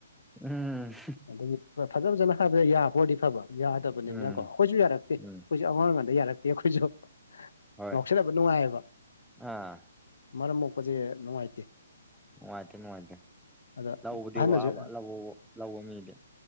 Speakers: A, in the centre; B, on the left.
A: ꯎꯝ
B: ꯑꯗꯒꯤ ꯐꯖ ꯐꯖꯅ ꯍꯥꯏꯕꯗ ꯌꯥꯕꯔꯗꯤ ꯐꯕ ꯌꯥꯗꯕꯅꯤꯅꯀꯣ
A: ꯎꯝ
B: ꯑꯩꯈꯣꯏꯁꯨ ꯌꯥꯔꯛꯇꯦ
A: ꯎꯝ
B: ꯑꯃꯔꯕꯗ ꯌꯥꯔꯛꯇꯦ ꯑꯩꯈꯣꯏꯁꯨ
A: ꯍꯣꯏ
B: ꯉꯥꯎꯁꯜꯂꯕ ꯅꯨꯡꯉꯥꯏꯑꯕ
A: ꯑꯥ
B: ꯃꯔꯝ ꯃꯣꯛꯄꯁꯦ ꯅꯨꯡꯉꯥꯏꯇꯦ
A: ꯅꯨꯡꯉꯥꯏꯇꯦ ꯅꯨꯡꯉꯥꯏꯇꯦ
B: ꯑꯗ
A: ꯂꯧꯕꯗꯤ
B: ꯑꯍꯟꯅꯁꯨ
A: ꯋꯥꯕ ꯂꯧꯕ ꯂꯧꯕ ꯃꯤꯗꯤ